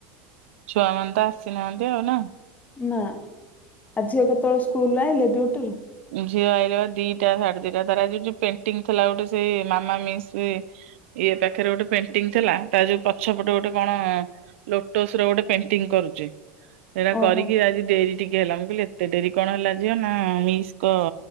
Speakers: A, on the right; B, on the left.
A: ଛୁଆ ମାନେ ତ ଆସିନାହାନ୍ତି ଆଉ ନା?
B: ନା ଆ ଝିଅ କେତେବେଳେ ସ୍କୁଲରୁ ଆଇଲେ ଡିଉଟିରୁୁ?
A: ଝିଅ ଆଇଲା ଦିଟା ସାଢେ ଦିଟା ତାର ଯ ଯଉ ପେଣ୍ଟିଙ୍ଗ ଥିଲା ଗୋଟେ ସେଇ ମାମା ମିସ୍ ଇଏ ପାଖରେ ଗୋଟେ ପେଣ୍ଟିଂ ଥିଲା ତା ଯୋଉ ପଛପଟେ ଗୋଟେ କଣ ଲୋଟସ ର ଗୋଟେ ପେଣ୍ଟିଙ୍ଗ କରୁଛି। ସେଇଟା
B: ଓହୋ
A: କରିକି ଆଜି ଡେରି ଟିକେ ହେଲା ମୁଁ କହିଲି ଏତେ ଡେରି କଣ ହେଲା ଝିଅ ନା ମିସ୍ କ